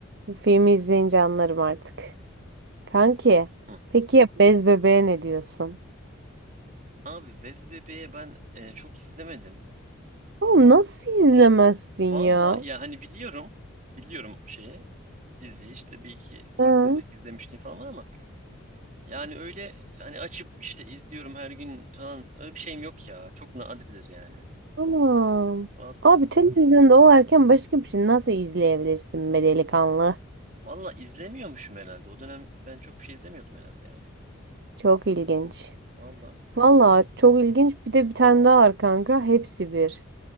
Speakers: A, on the right (about 55°); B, on the right (about 35°).
A: Filmi izleyince anlarım artık. Kanki,
B: Hı
A: peki ya Bez Bebeğe ne diyorsun?
B: Abi Bez Bebe'ye ben e, çok izlemedim.
A: Oğlum nasıl izlemezsin
B: Valla
A: ya?
B: ya hani biliyorum. Biliyorum şeyi. Diziyi işte bir iki ufak
A: Hı.
B: tefek izlemiştim falan var ama yani öyle hani açıp işte izliyorum her gün falan öyle bir şeyim yok ya. Çok nadirdir yani.
A: Tamam.
B: Valla.
A: Abi televizyonda o erken başka bir şey nasıl izleyebilirsin be delikanlı?
B: Valla izlemiyormuşum herhalde. O dönem ben çok bir şey izlemiyordum herhalde ya.
A: Çok ilginç.
B: Valla.
A: Valla çok ilginç. Bir de bir tane daha var kanka. Hepsi bir.